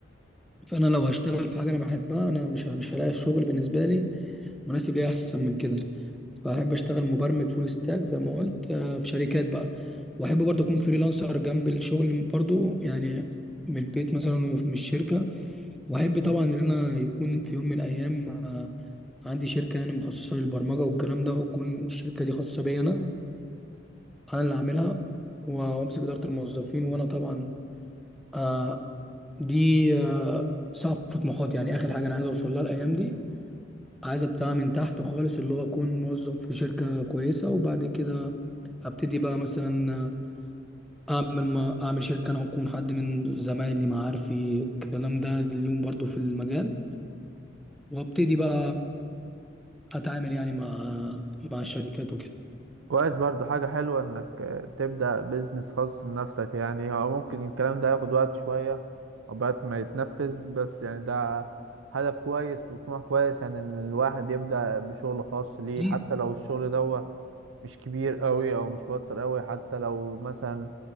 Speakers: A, in the centre; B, on the right.
A: فانا لو هشتغل في حاجه انا بحبها انا مش ه- مش هلاقي الشغل بالنسبه لي مناسب ليا احسن من كده فاحب اشتغل مبرمج فول ستاك زي ما قلت آه، في شركات بقى واحب برضه اكون فريلانسر جنب الشغل برضه يعني من البيت مثلا ومن الشركه واحب طبعا ان انا يكون في يوم من الايام آه، عندي شركه يعني مخصصه للبرمجه والكلام ده وتكون الشركه دي خاصه بيا انا انا اللي عاملها و- وامسك اداره الموظفين وانا طبعا آه، دي آه، سقف طموحاتي يعني اخر حاجه انا عايز اوصل لها الايام دي عايز ابتدي من تحت خالص اللي هو اكون موظف في شركه كويسه وبعد كده ابتدي بقى مثلا آه، اعمل ما اعمل شركه انا واكون حد من زمايلي معارفي الكلام ده اليوم برضو في المجال وابتدي بقى اتعامل يعني مع مع شركات وكده
B: كويس برضو حاجة حلوة انك آه، تبدأ بيزنس خاص لنفسك يعني هو ممكن الكلام ده ياخد وقت شوية عقبال ما يتنفذ بس يعني ده هدف كويس وطموح كويس يعني ان الواحد يبدأ بشغل خاص ليه
A: اكيد
B: حتى لو الشغل ده مش كبير قوي او مش مؤثر قوي حتى لو مثلا